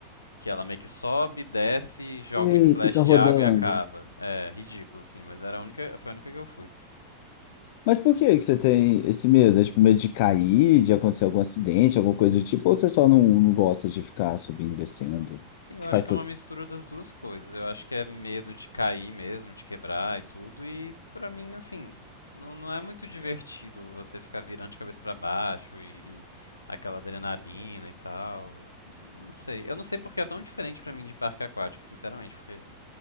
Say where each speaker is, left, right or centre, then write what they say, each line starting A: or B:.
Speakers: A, on the left (about 75°); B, on the left (about 50°).
A: Que ela meio que sobe, desce, joga
B: E
A: um splash
B: fica rodando.
A: de água e acaba. É, ridículo, assim, mas era a única, foi a única que eu fui.
B: Mas por que que você tem esse medo? É tipo medo de cair, de acontecer algum acidente, alguma coisa do tipo? Ou você só não, não gosta de ficar subindo e descendo?
A: Sim, Eu
B: Que
A: acho
B: faz
A: que
B: todo
A: é uma
B: sentido.
A: mistura das duas coisas. Eu acho que é medo de cair mesmo, de quebrar e tudo. E pra mim, assim, não, não é muito divertido você ficar virando de cabeça pra baixo e, e aquela adrenalina e tal. Não sei. Eu não sei porque é tão diferente pra mim de parque aquático, sinceramente, porque